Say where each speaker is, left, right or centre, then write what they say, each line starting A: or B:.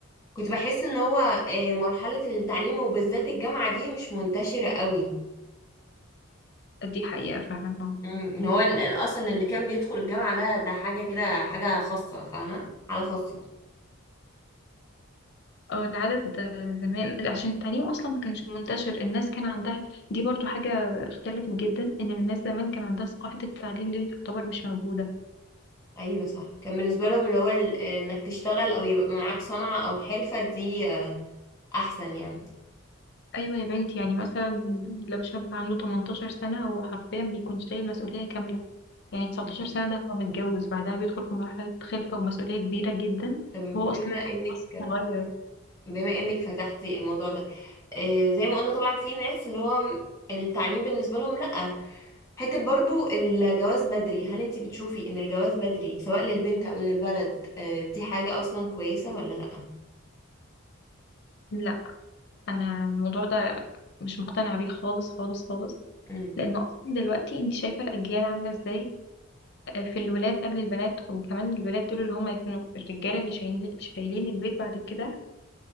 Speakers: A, on the left; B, on the left.
A: كنت بحس ان هو آه مرحلة التعليم وبالذات الجامعة دي مش منتشرة قوي
B: دي حقيقة فعلا آه.
A: مم. ان هو ال- ال- اصلا اللي كان بيدخل الجامعة ده ده حاجة كده حاجة خاصة فاهمة على خاصة
B: اه العدد آه، زمان عشان التعليم اصلا ما كانش منتشر الناس كان عندها دي برضو حاجة اختلفت جدا ان الناس زمان كان عندها ثقافة التعليم دي تعتبر مش موجودة
A: ايوه صح كان بالنسبه لهم اللي هو ال- انك تشتغل او يبقى معاك صنعه او حرفه دي آه، احسن يعني
B: ايوه يا بنتي يعني مثلا لو شاب عنده 18 سنة هو حرفيا بيكون شايل مسؤولية كاملة يعني 19
A: مم.
B: سنة ده هو متجوز بعدها بيدخل في مرحلة خلفة ومسؤولية كبيرة جدا
A: طب
B: وهو
A: بما
B: اصلا
A: انك
B: أصلاً صغير
A: بما انك فتحتي الموضوع ده آه، زي ما قلنا طبعا في ناس اللي هو التعليم بالنسبه لهم لا حته برضو الجواز بدري هل انت بتشوفي ان الجواز بدري سواء للبنت او للولد آه، دي حاجه اصلا كويسه ولا لا
B: لا انا الموضوع ده مش مقتنعة بيه خالص خالص خالص
A: مم.
B: لان اصلا دلوقتي انت شايفه الاجيال عامله ازاي في الولاد قبل البنات وكمان الولاد دول اللي هم يكونوا الرجاله اللي شايلين شايلين البيت بعد كده